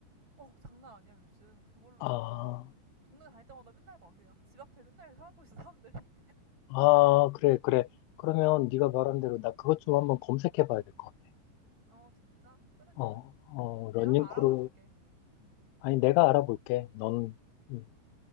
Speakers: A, on the right; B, on the left.
A: 어 장난 아니야 요즘 그걸로
B: 아,
A: 진짜 동네 다닐 때마다 맨날 봐 그냥 <laughs> 집 앞에 맨날 하고 있어 사람들이.
B: 아 그래 그래. 그러면
A: <laughs>
B: 네가
A: 응,
B: 말한 대로 나 그것 좀 한번 검색해 봐야 될 것 같아.
A: 어 진짜 그래 그래.
B: 어, 어,
A: 내가
B: 러닝
A: 한번 알아봐
B: 크루
A: 줄게. 응,
B: 아니 내가 알아볼게. 넌 음,